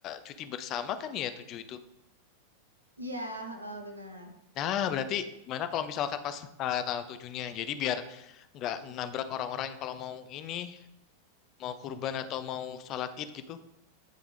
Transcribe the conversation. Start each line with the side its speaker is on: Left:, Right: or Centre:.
Left: cuti bersama kan ya 7 itu.
Right: Iya, heeh, benar.
Left: Nah, berarti gimana kalau misalkan pas eh, tanggal tujuhnya Jadi biar nggak nabrak orang-orang yang kalau mau ini, mau kurban atau mau sholat id gitu.